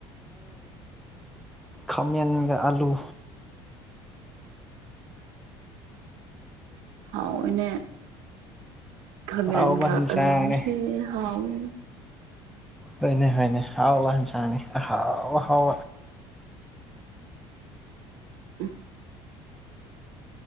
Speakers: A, in the centre; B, on the right.
A: ꯈꯥꯃꯦꯟꯒ ꯑꯥꯂꯨ
B: ꯍꯥꯎꯅꯦ ꯈꯥꯃꯦꯟꯒ
A: ꯑꯍꯥꯎꯕ ꯍꯤꯟꯁꯥꯡꯅꯦ
B: ꯑꯂꯨꯁꯦ ꯍꯥꯎꯋꯦ
A: ꯍꯣꯏꯅꯦ ꯍꯣꯏꯅꯦ ꯍꯥꯎ ꯏꯟꯁꯅꯤ ꯍꯥꯎ ꯍꯥꯎ
B: ꯎ